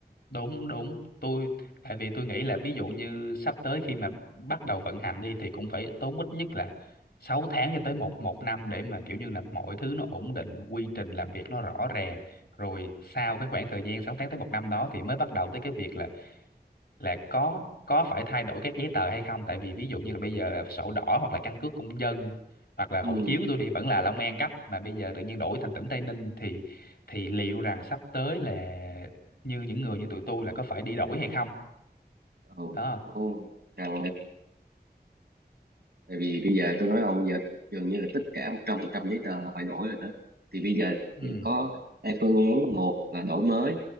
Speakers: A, on the left; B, on the right.
A: đúng đúng tôi tại vì tôi nghĩ là ví dụ như sắp tới khi mà bắt đầu vận hành đi thì cũng phải tốn ít nhất là 6 tháng cho tới một một năm để mà kiểu như là mọi thứ nó ổn định quy trình làm việc nó rõ ràng rồi sau cái khoảng thời gian 6 tháng tới một năm đó thì mới bắt đầu tới cái việc là là có có phải thay đổi các giấy tờ hay không tại vì ví dụ như là bây giờ là sổ đỏ hoặc là căn cước công dân hoặc là hộ
B: ừ,
A: chiếu của tôi đi vẫn là Long An cấp mà bây giờ tự nhiên đổi thành tỉnh Tây Ninh thì thì liệu rằng sắp tới là như những người như tụi tôi là có phải đi đổi hay không
B: ừ,
A: đó
B: ừ. Cần tại vì bây giờ tôi nói ông giờ gần như là tất cả 100% giấy tờ là phải đổi rồi đó thì bây giờ
A: ừ
B: có hai phương án một là đổi mới